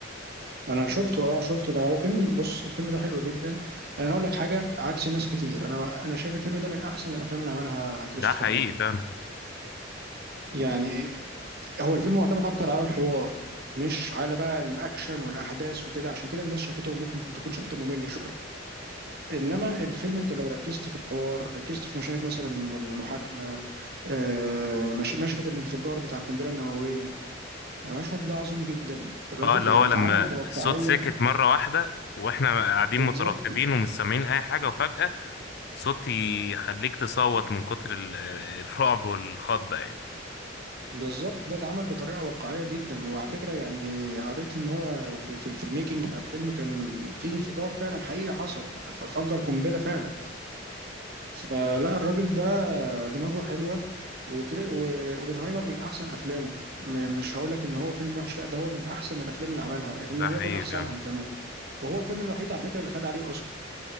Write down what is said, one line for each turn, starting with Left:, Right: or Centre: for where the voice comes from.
Right: انا شفته اه شفته ده هو فيلم بص الفيلم ده حلو جدا انا هقول لك حاجه عكس ناس كتير انا انا شايف الفيلم ده من احسن الافلام اللي عملها كريستوفر
Left: ده حقيقي
Right: نولان
Left: فعلا
Right: يعني هو الفيلم معتمد اكتر على الحوار مش على بقى الاكشن والاحداث وكده عشان كده الناس شافته وممكن تكون شافته ممل شويه انما الفيلم انت لو ركزت في الحوار ركزت في مشاهد مثلا المحاكمه آه، مش- مشهد الانفجار بتاع القنبله النوويه يعني مشهد ده عظيم جدا الرغم
Left: اه اللي
Right: يعني
Left: هو
Right: اتعمل
Left: لما
Right: بواقعيه
Left: الصوت سكت مره واحده واحنا قاعدين
Right: بالظبط
Left: مترقبين ومش سامعين اي حاجه وفجاه صوتي يخليك تصوت من كتر ال- الرعب والخضة يعني
Right: بالظبط ده اتعمل بطريقه واقعيه جدا وعلى فكره يعني قريت ان هو في في, في الميكنج بتاع الفيلم كان في انفجار فعلا حقيقي حصل ف- فجر قنبله فعلا فلا الراجل ده دماغه حلوه وكري و- وبنهايمر من احسن افلامه م- مش هقول لك ان هو فيلم وحش لا ده هو من احسن الافلام اللي عملها
Left: ده
Right: ان لم
Left: حقيقي
Right: يكن احسنهم
Left: فعلا
Right: كمان وهو الفيلم الوحيد على فكره اللي خد عليه اوسكار